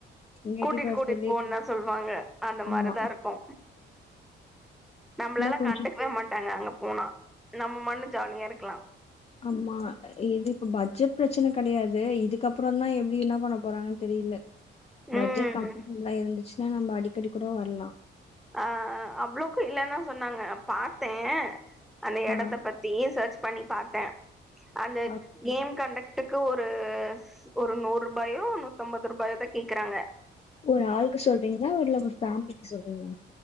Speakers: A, on the left; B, in the centre.
A: இங்க
B: கூட்டிட்டு
A: இட்டுட்டு வர
B: கூட்டிட்டு
A: சொல்லி
B: போண்தா சொல்வாங்க அந்த மாரிதா
A: ஆமா
B: இருக்கு நம்மளால
A: இன்னா கொஞ்சோ
B: கண்டுக்கவே மாட்டாங்க அங்க போனா நம்ம மண்ணு ஜாலியாருக்கலா
A: ஆமா இது இப்ப பட்ஜெட் பிரச்சன கெடையாது இதுக்கப்றந்தா எப்டி என்ன பண்ண போறாங்கன்னு தெரில பட்ஜெட்
B: ம்
A: கம்ஃபர்ட்பிளா இருந்துச்சுன்னா நம்ம அக்கடி கூட வர்லா
B: ஆ ஆ அவ்ளோக்கு இல்லதா சொன்னாங்க பாத்தேன் அந்த எடத்த
A: ஆ
B: ப த்தி சர்ச் பண்ணி பாத்தன் அந்த
A: அப்-
B: கேம் கண்டக்ட் இத்துக்கு ஒரு ஒரு நூறு பாயோ நூத்தம்பது ரூபாயதா கேக்குறாங்க
A: ஒரு ஆளுக்கு சொல்றீங்களா ஊருல ஒரு ஃபேமிலிக்கு சொல்றீங்களா